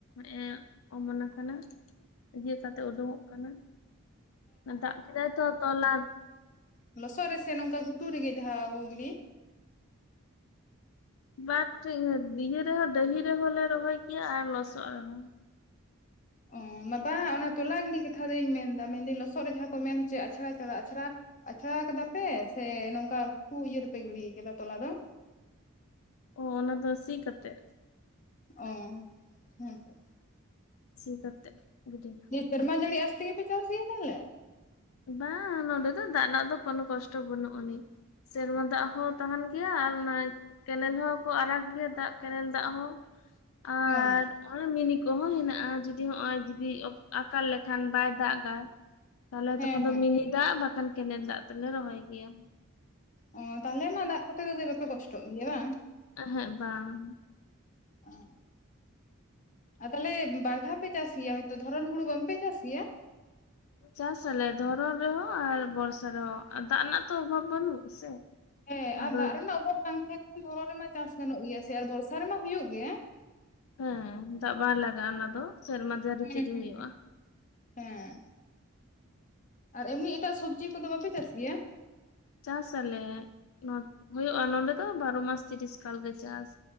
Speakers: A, on the left; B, on the left.
A: ᱦᱮᱸᱜ ᱮ ᱚᱢᱚᱱ ᱟᱠᱟᱱᱟ᱾ ᱤᱭᱟᱹ ᱠᱟᱛᱮᱜ ᱩᱰᱩᱸᱝ-ᱚᱜ ᱠᱟᱱᱟ ᱫᱟᱜ ᱠᱮᱫᱟᱭ ᱛᱚ ᱛᱚᱞᱟ
B: ᱚᱸ ᱞᱚᱥᱚᱫ ᱨᱮᱥᱮ ᱱᱚᱝᱠᱟ ᱜᱷᱩᱴᱩ ᱨᱮᱜᱮ ᱡᱟᱦᱟᱸ ᱦᱩᱫᱲᱤ?
A: ᱵᱟᱨ ᱴᱷᱮᱡ <unintelligible> ᱰᱟᱹᱦᱤ ᱨᱮᱦᱚᱸ ᱞᱮ ᱨᱚᱦᱚᱭ ᱜᱮᱭᱟ ᱟᱨ ᱞᱚᱥᱚᱜ ᱨᱮᱦᱚᱸ᱾
B: ᱚ <unintelligible> ᱚᱱᱟ ᱛᱚᱞᱟ ᱜᱤᱰᱤ ᱠᱟᱛᱷᱟ ᱫᱚᱧ ᱢᱮᱱᱫᱟ, ᱢᱮᱱᱫᱟᱹᱧ ᱞᱚᱥᱚᱫ ᱨᱮ ᱡᱟᱦᱟᱸ ᱠᱚ ᱢᱮᱱ ᱦᱚᱪᱚᱭᱮ ᱟ ᱟᱪᱷᱟᱲᱟ ᱪᱟᱨᱟ ᱟᱪᱷᱟᱨᱟ᱾ ᱟᱪᱷᱟᱲᱟ ᱟᱠᱟᱫᱟ ᱯᱮ ᱥᱮ ᱱᱚᱝᱠᱟ ᱯᱩ ᱤᱭᱟᱹ ᱨᱮᱯᱮ ᱜᱤᱲᱤᱭ ᱠᱟᱫᱟ ᱛᱚᱞᱟ ᱫᱚ?
A: ᱚ ᱚᱱᱟ ᱫᱚ ᱥᱤ ᱠᱟᱛᱮ᱾
B: ᱚ ᱦᱮᱸᱛᱚ,
A: ᱥᱤ ᱠᱟᱛᱮᱜ ᱜᱤᱰᱤ᱾
B: ᱫᱤᱭᱮ ᱥᱮᱨᱢᱟ ᱡᱟᱹᱲᱤ ᱟᱥ ᱛᱮᱜᱮ ᱯᱮ ᱪᱟᱥ ᱜᱮᱭᱟ ᱛᱟᱦᱚᱞᱮ?
A: ᱵᱟᱝ ᱱᱚᱸᱰᱮ ᱫᱚ ᱫᱟᱜ ᱨᱮᱱᱟᱜ ᱫᱚ ᱠᱳᱱᱳ ᱠᱚᱥᱴᱚ ᱵᱟᱹᱱᱩᱜ ᱟᱹᱱᱤᱡ᱾ ᱥᱮᱨᱢᱟ ᱫᱟᱜ ᱦᱚᱸ ᱛᱟᱦᱮᱱ ᱜᱮᱭᱟ ᱟᱨ ᱱᱟᱭ ᱠᱮᱱᱮᱞ ᱦᱚᱸ᱾ ᱠᱚ ᱟᱨᱟᱜ ᱜᱮᱭᱟ ᱫᱟᱜ ᱠᱮᱱᱮᱞ ᱫᱟᱜ ᱦᱚᱸ ᱟᱨ
B: ᱚ
A: ᱦᱚᱜ-ᱚᱭ ᱢᱤᱱᱤ ᱠᱚᱦᱚᱸ ᱦᱮᱱᱟᱜ-ᱟ ᱡᱩᱫᱤ ᱦᱚᱜ-ᱚᱭ ᱡᱩᱫᱤ ᱟᱠᱟᱞ ᱞᱮᱠᱷᱟᱱ ᱵᱟᱭ ᱫᱟᱜᱟᱭ᱾ ᱛᱟᱦᱚᱞᱮ
B: ᱦᱮᱸ
A: ᱛᱚᱠᱷᱚᱱ
B: ᱦᱮᱸ
A: ᱫᱚ ᱢᱤᱱᱤ ᱫᱟᱜ ᱵᱟᱠᱷᱟᱱ ᱠᱮᱱᱮᱞ ᱫᱟᱜ ᱛᱮᱞᱮ ᱨᱚᱦᱚᱭ ᱜᱮᱭᱟ᱾
B: ᱚ ᱛᱟᱦᱚᱞᱮ ᱢᱟ ᱫᱟᱜ ᱠᱚᱛᱮ ᱫᱚ ᱵᱟᱯᱮ ᱠᱚᱥᱴᱚᱜ ᱜᱮᱭᱟ ᱵᱟᱝ?
A: ᱮᱦᱮᱸ ᱵᱟᱝ
B: ᱚ ᱟᱨ ᱛᱟᱦᱚᱞᱮ ᱵᱟᱨ ᱫᱷᱟᱣ ᱯᱮ ᱪᱟᱥ ᱜᱮᱭᱟ ᱦᱚᱭᱛᱚ ᱫᱷᱚᱨᱚᱱ ᱦᱩᱲᱩ ᱵᱟᱝᱯᱮ ᱪᱟᱥ ᱜᱮᱭᱟ᱾
A: ᱪᱟᱥ ᱟᱞᱮ ᱫᱷᱚᱨᱚᱱ ᱨᱮᱦᱚᱸ ᱟᱨ ᱵᱚᱨᱥᱟ ᱨᱮᱦᱚᱸ ᱫᱟᱜ ᱨᱮᱱᱟᱜ ᱛᱚ ᱚᱵᱷᱟᱵ ᱵᱟᱹᱱᱩᱜ ᱥᱮ᱾
B: ᱦᱮᱸ
A: ᱟᱫᱚ
B: ᱟᱨ ᱫᱟᱜ ᱨᱮᱱᱟᱜ ᱚᱵᱷᱟᱵᱽ ᱵᱟᱝ ᱛᱟᱦᱮᱸ ᱦᱚᱨᱚᱜ ᱨᱮᱢᱟ ᱪᱟᱥ ᱜᱟᱱᱚᱜ ᱜᱮᱭᱟ ᱥᱮ ᱟᱨ ᱵᱚᱨᱥᱟ ᱨᱮᱢᱟ ᱦᱩᱭᱩᱜ ᱜᱮ᱾
A: ᱦᱮᱸ ᱫᱟᱜ ᱵᱟᱝ ᱞᱟᱜᱟᱜ-ᱟ ᱚᱱᱟ ᱫᱚ ᱥᱮᱨᱢᱟ ᱡᱟᱹᱲᱤ
B: ᱦᱩᱸ
A: ᱛᱮᱜᱮ
B: ᱦᱩᱸ
A: ᱦᱩᱭᱩᱜ-ᱟ᱾
B: ᱦᱮᱸ ᱟᱨ ᱮᱢᱱᱤ ᱮᱴᱟᱜ ᱥᱚᱵᱽᱡᱤ ᱠᱚᱫᱚ ᱵᱟᱯᱮ ᱪᱟᱥ ᱜᱮᱭᱟ?
A: ᱪᱟᱥ ᱟᱞᱮ ᱱᱚ ᱦᱩᱭᱩᱜ-ᱟ ᱱᱚᱸᱰᱮ ᱫᱚ ᱵᱟᱨᱚ ᱢᱟᱥ ᱛᱤᱨᱤᱥ ᱠᱟᱞ ᱜᱮ ᱪᱟᱥ᱾